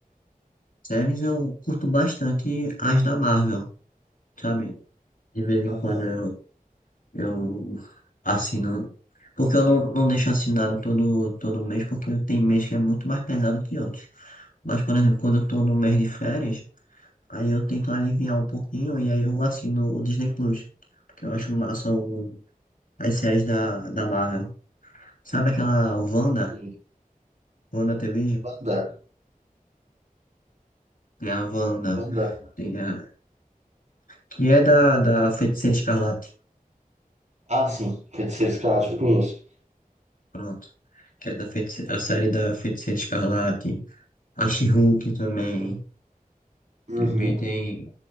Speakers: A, on the left (about 65°); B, on the right (about 50°).
A: Séries eu curto bastante as da Marvel, sabe? De vez em
B: Aham.
A: quando eu, eu assino. Porque eu não, não deixo assinado todo, todo mês, porque tem mês que é muito mais pesado que outros. Mas, por exemplo, quando eu tô no mês de férias, aí eu tento aliviar um pouquinho e aí eu assino o Disney Plus. Porque eu acho massa o, as séries da, da Marvel. Sabe aquela Wanda?
B: Sim.
A: Wanda TV?
B: Wanda.
A: Tem a Wanda.
B: Wanda.
A: Tem a, Que é da, da Feiticeira Escarlate.
B: Ah, sim. Feiticeiros Escarlate eu conheço.
A: Pronto. Que é da feiticeira, a série da Feiticeira Escarlate. A She-Hulk também.
B: Uhum.
A: Também tem.